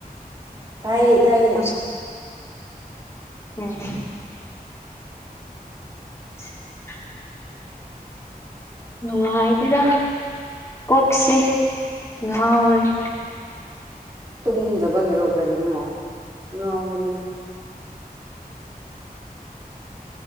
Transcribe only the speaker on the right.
ꯇꯥꯏꯌꯦ ꯇꯥꯏꯌꯦ
ꯇꯨꯝꯗꯕꯒꯤꯔꯣ ꯀꯔꯤꯅꯣ ꯉꯥꯎꯒꯅꯨꯍꯦ